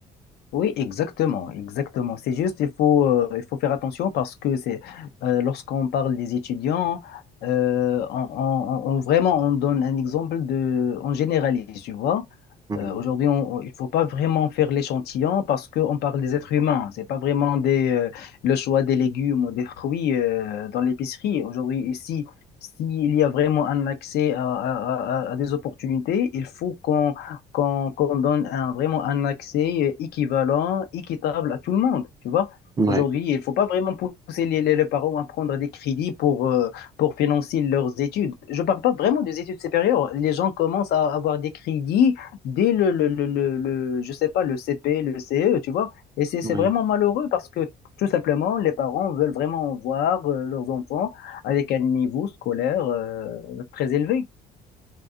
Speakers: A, on the left; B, on the right.
A: Oui, exactement, exactement. C'est juste, il faut, euh, il faut faire attention parce que c'est euh, lorsqu'on parle des étudiants, euh, on, on- on- on- vraiment on donne un exemple de, on généralise, tu vois.
B: Mhm.
A: Euh, aujourd'hui, on- on- il faut pas vraiment faire l'échantillon parce qu'on parle des êtres humains. C'est pas vraiment des, euh, le choix des légumes ou des fruits euh, dans l'épicerie. Aujourd'hui, ici, s'il y a vraiment un accès à, à- à- à des opportunités, il faut qu'on qu'on, qu'on donne un- vraiment un accès euh, équivalent, équitable à tout le monde. Tu vois?
B: Ouais,
A: Aujourd'hui, il faut pas vraiment pousser les, les- les parents à prendre des crédits pour, euh, pour financer leurs études. Je parle pas vraiment des études supérieures. Les gens commencent à avoir des crédits dès le, le, le, le, le- je sais pas, le CP, le CE, tu vois. Et c'est, c'est
B: ouais.
A: vraiment malheureux parce que tout simplement, les parents veulent vraiment voir euh, leurs enfants avec un niveau scolaire euh, très élevé.